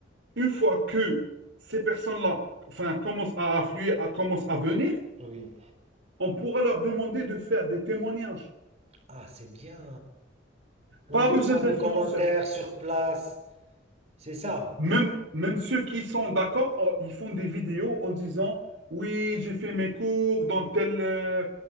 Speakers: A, on the right; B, on the right.
A: une fois que ces personnes-là, enfin, commencent à affluer, à, commencent à venir,
B: oui.
A: on pourra leur demander de faire des témoignages.
B: Ah, c'est bien. En
A: Pas
B: laissant
A: besoin d'influenceurs.
B: des commentaires sur place. C'est ça.
A: Même, même ceux qui sont d'accord, oh, ils font des vidéos en disant, oui, j'ai fait mes cours dans telle, euh,